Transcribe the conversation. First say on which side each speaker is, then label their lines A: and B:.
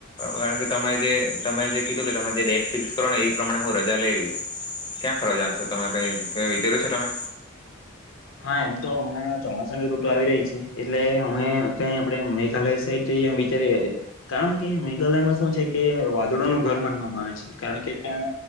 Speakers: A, on the left; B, on the left.
A: કારણ કે તમે જે તમે જે કીધું કે તમે જે ડેટ ફિક્સ કરો ને એ પ્રમાણે હું રજા લઈ લઈશ. ક્યાં ફરવા જવાનાશો તમે કઈ કઈ વિચાર્યું છે તમે?
B: હા એમ તો હમણાં ચોમાસાની ઋટુ આવી રહી છે. એટલે અમે ત્યાં આપણે મેઘાલય સાઈડ જઈ વિચારી રહ્યા છે. કારણ કે મેઘાલયમાં શું છે કે વાદળોનું ઘર માનવામાં આવે છે કારણ કે ત્યાં